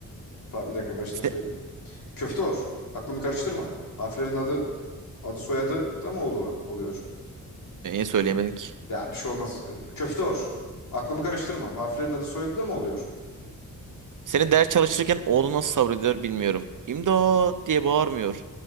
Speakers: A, on the left (about 80°); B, on the right (about 65°).
A: Pa- Bir dakika baştan
B: İşte
A: söyleyeyim. Köfteor. Aklımı karıştırma. Harflerin adı adı soyadı da mı olur, oluyor?
B: söyleyemedik.
A: Ya bir şey olmaz. Ee, Köfteor. Aklımı karıştırma. Harflerin adı soyadı da mı oluyor?
B: Senin ders çalışırken oğlu nasıl sabrediyor bilmiyorum. İmdat diye bağırmıyor.